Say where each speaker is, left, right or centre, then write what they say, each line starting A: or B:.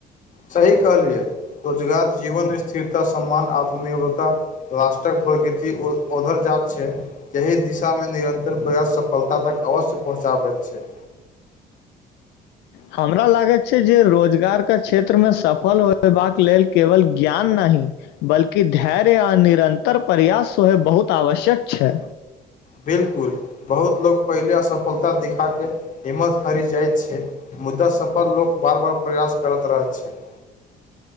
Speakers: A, on the left; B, on the left.
A: सही कहलियै रोजगार जीवन स्थिरता सम्मान आत्मनिर्भरता राष्ट्रक प्रगति औध ओधर जात छै एहि दिशा में निरन्तर प्रयास सफलता तक अवश्य पहुँचाबैत छै
B: हमरा लागैत छै जे रोजगार के क्षेत्र में सफल होयबाक लेल केवल ज्ञान नहि बल्कि धैर्य आ निरन्तर प्रयास सेहोे बहुत आवश्यक छै
A: बिलकुल बहुत लोक पहिले असफलता दिखा कऽ हिम्मत हारि जाइत छै मुद्दा सफल लोक बार बार प्रयास करत रहत छै